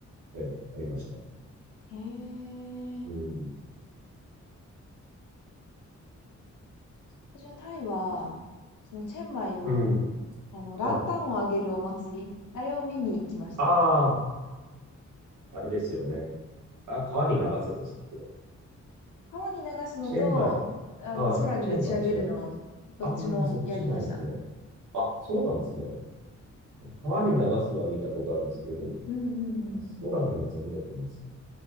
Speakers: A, on the right; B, on the left.
A: ええ、ありました。
B: へえ。
A: うん。
B: こちらタイは、そのチェンマイの、
A: うん。
B: あの、ランタンをあげるお祭り、
A: はい。
B: あれを見に行きました。
A: ああ、あれですよね。あ、川に流せでしたっけ
B: 川に流すのと、
A: チェンバイ、
B: あの、
A: はい。
B: 空に打ち上げるの、
A: チェンバイ違うと。
B: どっちもやりました。
A: ああ、そっちもあるんですね。あ、そうなんですね。川に流すのは見たことあるんですけど、
B: うんうんうんうん。
A: あ空のやつは見たことないですね。